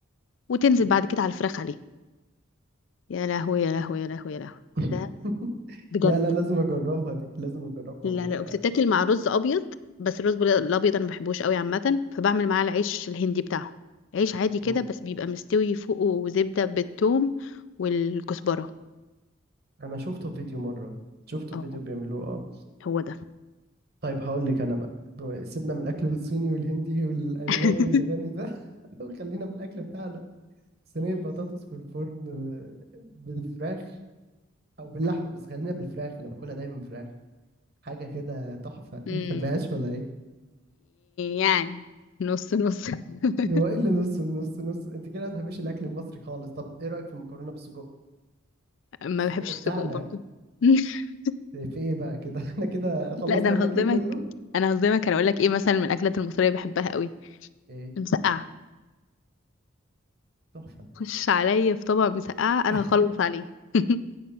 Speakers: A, on the left; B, on the right.
A: وتنزل
B: مم.
A: بعد كده على الفراخ عليه يا لهوي يا لهوي يا لهوي يا لهوي
B: <laughs>
A: ده بجد
B: لا لا لازم أجربها دي لازم أجربها
A: لا
B: و...
A: لا وبتتاكل مع رز ابيض بس الرز بل- الابيض انا ما بحبوش قوي عامه فبعمل معاه العيش الهندي بتاعهم عيش عادي كده
B: مم.
A: بس بيبقى مستوي فوقه زبده بالثوم والكزبره
B: أنا شفته في فيديو مرة شفته
A: اه
B: في فيديو بيعملوه اه
A: هو ده
B: طيب هقول لك أنا بقى ب- سيبنا من الأكل الصيني والهندي والألماني
A: <laughs>
B: والياباني ده <laughs> وخلينا في الأكل بتاعنا صينية بطاطس في الفرن ب- بالفراخ أو باللحمة بس خلينا بالفراخ أنا باكلها دايما فراخ حاجة كده تحفة
A: مم.
B: ما بتحبهاش ولا ايه؟
A: يعني نص نص <laughs>
B: هو ايه اللي نص النص نص انت كده ما بتحبيش الاكل المصري خالص طب ايه رأيك في المكرونة بالسجق؟
A: ما
B: السجق
A: بحبش السجق
B: بتاعنا
A: برضه <laughs>
B: في ايه بقى كده <laughs> احنا كده خلصنا
A: لا ده انا
B: الاكل
A: هصدمك
B: كله
A: انا هصدمك انا اقول لك ايه مثلا من الاكلات المصريه بحبها قوي
B: ايه
A: المسقعه
B: تحفة
A: خش عليا في طبق مسقعه انا
B: <laughs>
A: هخلص عليه <laughs>